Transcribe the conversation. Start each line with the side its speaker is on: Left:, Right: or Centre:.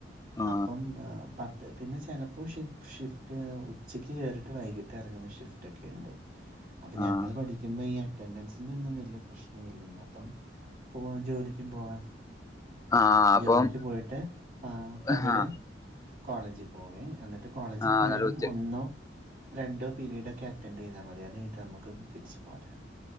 Left: ആഹ്
Right: അപ്പം അ പ പിന്നെ, ചെലപ്പോ. ഷി ഷിഫ്റ്റ് ഉച്ചക്ക് കയറിട്ട് വൈകിട്ട് എറങ്ങുന്ന ഷിഫ്റ്റ് ഒക്കെയുണ്ട്. അപ്പൊ,
Left: ആഹ്
Right: ഞങ്ങള്
Left: ആഹ്
Right: പഠി ഈ അറ്റൻസിന്റെ ഒന്നും വല്യ പ്രശ്നം ഇല്ലല്ലോ? അപ്പം പോവാം ജോലിക്കും പോവാം.
Left: ആഹ് അപ്പം
Right: ജോലിക്ക് പോയിട്ട് പ പകല്.
Left: ആഹ്
Right: കോളേജി പോവേ എന്നിട്ട് കോളേജിൽ
Left: ആഹ്
Right: പോയാലും
Left: എന്നിട്ട് ഉച്ച
Right: ഒന്നോ. രണ്ട്, പിരീടൊക്കെ അറ്റൻഡ യ്താ മതി. അത് കഴിഞ്ഞിട്ട് നമുക്ക് തിരിച്ചു പോരാ.